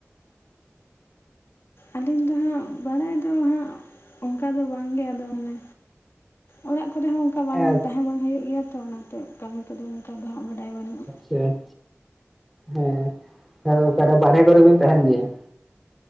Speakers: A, on the left; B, in the centre.
A: ᱟᱹᱞᱤᱧ ᱫᱚ ᱦᱟᱸᱜ ᱵᱟᱰᱟᱭ ᱫᱚ ᱦᱟᱸᱜ ᱚᱱᱠᱟ ᱫᱚ ᱵᱟᱝᱜᱮ ᱟᱫᱚ ᱢᱟᱱᱮ ᱚᱲᱟᱜ ᱠᱚᱨᱮ ᱦᱚᱸ ᱚᱱᱠᱟ ᱵᱟᱝ
B: ᱮᱸ
A: ᱛᱟᱦᱮᱸ ᱵᱟᱝ ᱦᱩᱭᱩᱜ ᱜᱮᱭᱟ ᱛᱚ ᱚᱱᱟᱛᱮ ᱠᱟᱹᱢᱤ ᱠᱚᱫᱚ ᱚᱱᱠᱟ ᱫᱚ ᱦᱟᱸᱜ ᱵᱟᱰᱟᱭ ᱵᱟᱹᱱᱩᱜᱼᱟ
B: ᱟ ᱦᱮᱸ ᱛᱚ ᱚᱠᱟᱨᱮ ᱵᱟᱨᱦᱮ ᱠᱚᱨᱮ ᱵᱤᱱ ᱛᱟᱦᱮᱱ ᱜᱮᱭᱟ